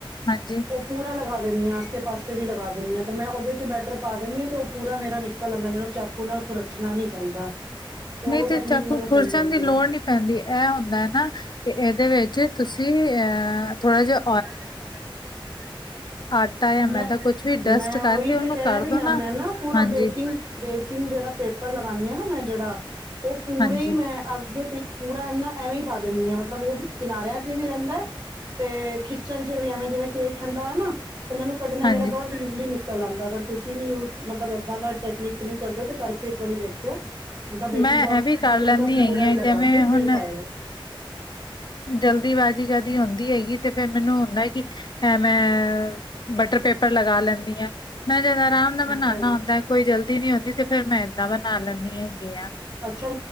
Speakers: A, on the left; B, on the right.
A: ਹਾਂਜੀ।
B: ਓ ਪੂਰਾ ਲਗਾ ਦਿੰਨੀ ਆਂ ਆਸੇ ਪਾਸੇ ਵੀ ਲਗਾ ਦਿੰਨੀ ਆਂ ਮੈਂ ਓਦੇ ਚ ਬੈਟਰ ਪਾ ਦਿੰਨੀ ਆਂ ਤੇ ਪੂਰਾ ਮੇਰਾ ਨਿਕਲ ਆਂਦਾ ਮੈਨੂੰ ਚਾਕੂ ਨਾਲ ਖੁਰਚਨਾ ਨੀ ਪੈਂਦਾ। ਤੇ ਓ
A: ਨਹੀਂ
B: ਟੈਕਨੀਕ
A: ਚਾਕੂ
B: ਮੈਨੂੰ ਸਈ
A: ਖੁਰਚਣ
B: ਲੱਗਦੀ
A: ਦੀ ਲੋੜ
B: ਏ।
A: ਨਹੀਂ ਪੈਂਦੀ ਐਹ ਹੁੰਦੈ ਨਾ ਕਿ ਏਦੇ ਵਿੱਚ ਤੁਸੀਂ ਅਹ ਥੋੜਾ ਜਾ
B: ਥੋੜਾ ਜਾ ਔਇਲ ਮਿਕਸ ਕਰਕੇ
A: ਆਟਾ ਜਾਂ
B: ਮੈਂ-ਮੈਂ
A: ਮੈਦਾ ਕੁਛ ਵੀ ਡਸਟ ਕਰਕੇ
B: ਓਹੀ
A: ਉਹਨੂੰ
B: ਤੇ ਕੈ
A: ਕਰ
B: ਰਈ
A: ਦੋ
B: ਆਂ ਮੈਂ ਨਾ ਪੂਰਾ
A: ਹਾਂਜੀ,
B: ਬੇਕਿੰਗ-ਬੇਕਿੰਗ ਜੇੜਾ ਪੇਪਰ ਲਗਾਨੀ ਆਂ ਨਾ ਮੈਂ ਜੇੜਾ ਓ ਪੂਰਾ
A: ਹਾਂਜੀ,
B: ਈ ਮੈਂ ਅੱਗੇ ਪ ਪੂਰਾ ਐਨਾ ਐਵੀਂ ਪਾ ਦਿੰਨੀ ਆਂ ਮਤਲਬ ਓ ਕਿਨਾਰਿਆਂ ਚ ਵੀ ਰੈਂਦੈ ਤੇ ਖਿੱਚਨ ਚ ਵੀ ਐਵੇਂ ਜਿਵੇਂ ਕੇਕ ਠੰਡਾ ਹੋਏਆ ਨਾ ਤੇ ਮੈਨੂੰ ਕੱਢਨੈ
A: ਹਾਂਜੀ
B: ਮੇਰਾ ਬੋਤ ਇਜ਼ਲੀ ਨਿਕਲ ਆਂਦੈ ਅਗਰ ਤੁਸੀਂ ਨੀ ਉਸ ਮਤਲਬ ਏਦਾਂ ਦਾ ਟੈਕਨੀਕ ਨੀ ਕਰਦੇ ਓਂ ਤੇ ਕਰਕੇ ਇੱਕ ਵਾਰੀ ਦੇਖ ਕਿਓਂ ਜਿੱਦਾਂ ਬੇਕਿੰਗ
A: ਮੈਂ
B: ਪਾਊ
A: ਇਹ ਵੀ ਕਰ
B: ਪੇਪਰ
A: ਲੈਂਦੀ
B: ਪੂਰਾ
A: ਹੈਗੀ
B: ਈ
A: ਆ
B: ਲਗਾ
A: ਜਿਵੇਂ
B: ਕੇ ਫਿਰ
A: ਹੁਣ
B: ਪਾਏਓ।
A: ਜਲਦੀਬਾਜ਼ੀ ਕਦੀ ਹੁੰਦੀ ਹੈਗੀ ਤੇ ਫੇਰ ਮੈਨੂੰ ਹੁੰਦਾ ਕੀ ਐ ਮੈਂ ਬਟਰ ਪੇਪਰ ਲਗਾ ਲੈਂਦੀ ਆਂ, ਮੈਂ ਜਦ ਆਰਾਮ ਨਾਲ ਬਨਾਨਾ
B: ਹਾਂ, ਉਹੀ।
A: ਹੁੰਦੈ ਕੋਈ ਜਲਦੀ
B: ਹੈ,
A: ਨੀ ਹੁੰਦੀ ਤੇ ਫਿਰ ਮੈਂ ਏਦਾਂ ਬਨਾ ਲੈਂਨੀ ਹੈਗੀ
B: ਲੈਂਦੀ
A: ਆ।
B: ਅੱਛਾ